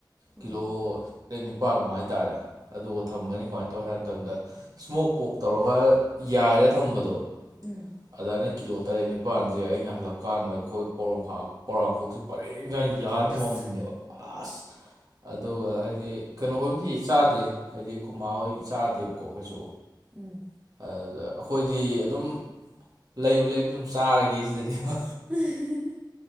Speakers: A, on the right (about 15°); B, on the right (about 50°).
A: ꯑꯣ
B: ꯀꯤꯂꯣ <unintelligible> <unintelligible> ꯍꯥꯏꯇꯥꯔꯦ ꯑꯗꯨꯒ ꯊꯝꯕꯅꯤ ꯀꯃꯥꯏꯅ ꯇꯧꯒꯦ ꯍꯥꯏꯕ ꯃꯇꯝꯗ ꯏ꯭ꯁꯃꯣꯛ ꯄꯣꯔꯛ ꯇꯧꯔꯒ ꯌꯥꯏꯔ ꯊꯝꯕꯗꯣ
A: ꯎꯝ
B: ꯑꯗꯥꯅ ꯀꯤꯂꯣ ꯇꯔꯦꯠ ꯅꯤꯄꯥꯜꯁꯦ ꯑꯩꯅ ꯍꯜꯂꯛꯀꯥꯟꯗ ꯑꯈꯣꯏ ꯄꯣꯔꯪꯈꯥꯛ ꯄꯣꯂꯥꯡ ꯈꯣꯛꯁꯦ ꯄꯔꯦꯡꯁꯥꯟ ꯌꯥꯟ ꯊꯝꯃꯝꯕꯤꯅꯦꯕ
A: ꯑꯁ
B: ꯑꯁ ꯑꯗꯨꯒ ꯍꯥꯏꯗꯤ ꯀꯩꯅꯣꯍꯣꯏꯕꯗꯤ ꯆꯥꯗꯦ ꯍꯥꯏꯗꯤ ꯈꯨꯃꯥ ꯍꯣꯏ ꯆꯥꯗꯦꯕꯀꯣ ꯀꯩꯁꯨ
A: ꯎꯝ
B: ꯑꯗꯨꯗ ꯑꯩꯈꯣꯏꯗꯤ ꯑꯗꯨꯝ ꯂꯩꯕꯨ ꯂꯩꯔꯗ ꯑꯗꯨꯝ ꯆꯥꯔꯒꯦ ꯁꯤꯗꯅꯦꯕ
A: ꯑꯍꯍꯍ